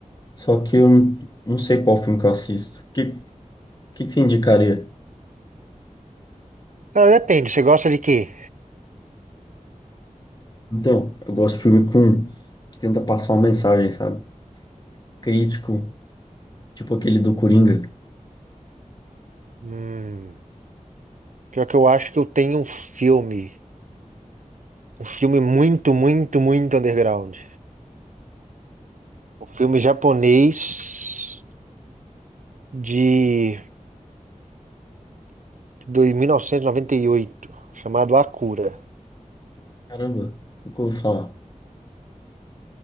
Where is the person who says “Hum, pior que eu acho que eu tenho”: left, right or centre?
Right